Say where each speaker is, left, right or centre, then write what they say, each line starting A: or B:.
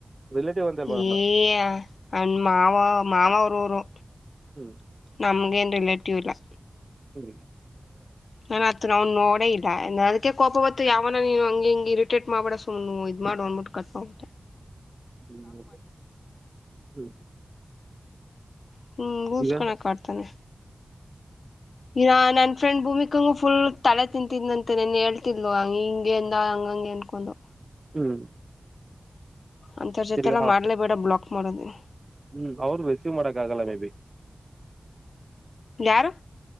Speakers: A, on the right (about 35°); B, on the left (about 85°).
A: ರಿಲೇಟಿವ್ ಅಂತಲ್ವಾ
B: ಅ
A: ಅವ್ರನ್ನ
B: ಏ ಅವ್ನ ಮಾವ ಮಾವ ರೋರು
A: ಹ್ಮ್
B: ನಮ್ಗೆನ್ ರಿಲೇಟ್ ಡುಲಾ
A: <inaudible>
B: ನನ್ ಆತ್ ನಾವನ್ ನೋಡೇ ಇಲ್ಲ ಅದ್ಕೆ ಕೋಪ ಬತ್ತು ಯಾವನ ನೀನು ಹಂಗೆ ಹಿಂಗೆ ಇರಿಟೇಟ್ ಮಾಡ್ಬಡ ಸುಮ್ ಇದ ಮಾಡ್ ಅಂದಬಿಟ್ಟ ಕಟ್ ಇಡ್ಮಡ್ಬಿಟ್
A: ಹ್ಮ್ ಹ್ಮ್
B: ಹ್ಮ್ ಹೋಗುಸ್ಕೊಳಕ್ಕ
A: ಈಗ
B: ಆಡ್ತಾನೆ ಇರಾ ನನ್ ಫ್ರೆಂಡ್ ಭೂಮಿ ಹಂಗ ಫುಲ್ ತಲೆ ತಿಂತಿದ್ದಂತ ನನ್ ಹೇಳ್ತಿಲ್ವ ಹಂಗ ಹಿಂಗಗೆ ಅಂದ ಹಂಗಂಗೆ ಅನ್ಕೊಂಡು
A: ಹ್ಮ್
B: ಅಂತ ಜೊತೆ
A: ತಿರ್ಗಾ
B: ಎಲ್ಲಾ ಮಾಡ್ಲೇ ಬೇಡ ಬ್ಲಾಕ್ ಮಾಡೋದೇ
A: ಹ್ಮ್ ಅವರು ರೆಸೀವ್ ಮಾಡಕ್ ಆಗಲ್ಲ ಮೇ ಬಿ
B: ಯರು